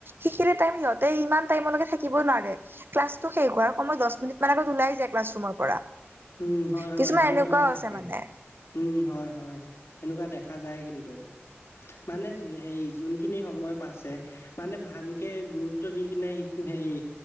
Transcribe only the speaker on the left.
উম হয়
হয় এনেকুৱা
থাকে
উম হয় হয় সেনেকুৱা দেখা যায় কিন্তু মানে হেৰি যোনখিনি সময় পাইছে মানে ভালকে গুৰুত্ব দি কিনে হেৰি